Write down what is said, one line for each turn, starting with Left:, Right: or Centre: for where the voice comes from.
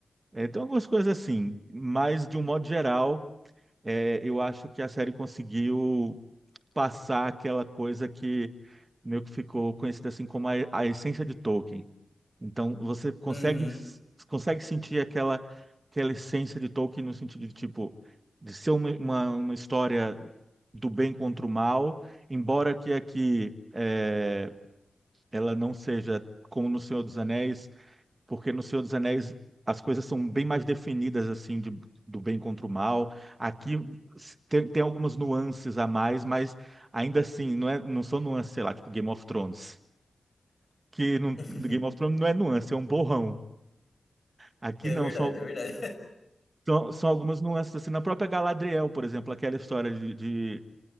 Right: É, tem algumas coisas assim, mas de um modo geral, é, eu acho que a série conseguiu passar aquela coisa que meio que ficou conhecida assim como a a essência de Tolkien então você consegue
Left: uhum.
Right: consegue sentir aquela aquela essência de Tolkien no sentido de tipo de ser uma, uma, uma história do bem contra o mal, embora que aqui é, ela não seja como no Senhor dos Anéis, porque no Senhor dos Anéis as coisas são bem mais definidas assim de, do bem contra o mal. Aqui s- tem, tem algumas nuances a mais, mas ainda assim não é não são nuances, sei lá, tipo Game of Thrones. Que no
Left: <laughs>
Right: Game of Thrones não é nuance, é um borrão. Aqui
Left: É
Right: não,
Left: verdade,
Right: são,
Left: é verdade.
Right: são, são algumas nuances. Assim, na própria Galadriel, por exemplo, aquela história de, de